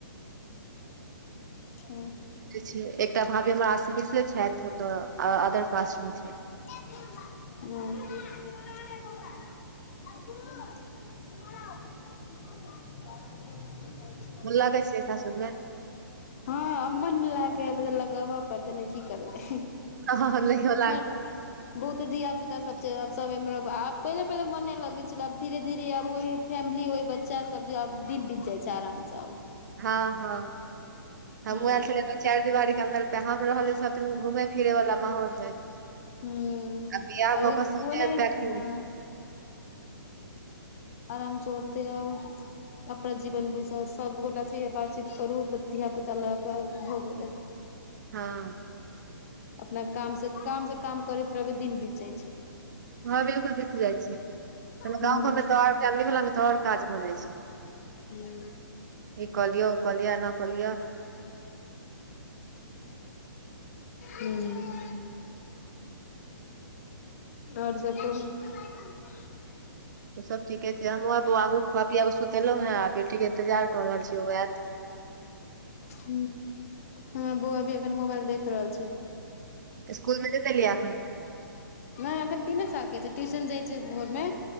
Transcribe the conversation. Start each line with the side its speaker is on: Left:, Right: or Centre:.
Left: <unintelligible>
Right: जे छै एकटा भाभी हमर आसमेसे छथि ओतऽ अदर कास्टमे छथि
Left: ओ <unintelligible>
Right: मोन लागै छै सासुर मे
Left: हँ मन लागेऽ लगाबऽ पड़तै ने की करबै
Right: ह नहियोलाल <unintelligible>
Left: <unintelligible> बहुते धिया पुता सब छैब सब आब पहिले पहिले मन लगै छल आब धीरे धीरे आब ओ फैमिली ओहि बच्चा सब जे अब दीप बीत जाइ छै आराम से आब
Right: हँ, हँ हमूँ
Left: हूँ
Right: आयल छल चारि दिवारीके अन्दर। त हम रहले सभ दिन घूमेए फिरे वाला माहौल मे।
Left: हूँ
Right: आ विहाय
Left: आब
Right: भकऽ संग
Left: कोने
Right: हेतय खूब
Left: हँ आ हम सोते अब। अपना जीवन बैसल सभगोटा छै, बातचीत करू धियापुता लऽ कऽ भऽ गेलै।
Right: हँ।
Left: अपना कामसँ कामसँ काम करैत रहबै दिन बीत जाइत छै।
Right: हँ, बिल्कूल तथि जाइ छै। त
Left: हूँ
Right: गाम घर ममे त ओर फैमिली वलामे तो और काज भऽ जाइ छै।
Left: हू।
Right: ई कलिय ओ कलिय एना कलिय।
Left: <inaudible> हूँ। और सभ कहु। ह।
Right: त सभ ठीके छै, हमहँ आब आगू खुआ पिया सुतेलहुँ हें आ बेटीके इन्तजार क्स रहल छीययत
Left: ह, हमर बौ अभी अखन मोबाइल देख रहल छै।
Right: स्कूलमें नय धेलिय आखन।
Left: नहि एखन तीने साल के छै, ट्यूशन जाय छै, भोर मे